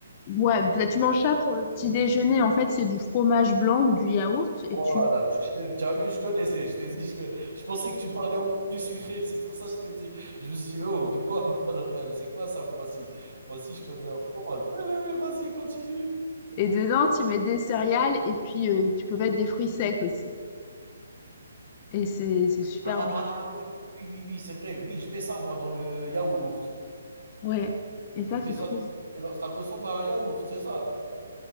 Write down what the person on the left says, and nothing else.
Ouais, là, tu manges ça pour le petit déjeuner. En fait, c'est du fromage blanc ou du yaourt et
tu
et dedans, tu mets des céréales et puis euh, tu peux mettre des fruits secs aussi. Et c'est c'est superbe,
j'adore.
Ouais. Et ça,
c'est
trop bon.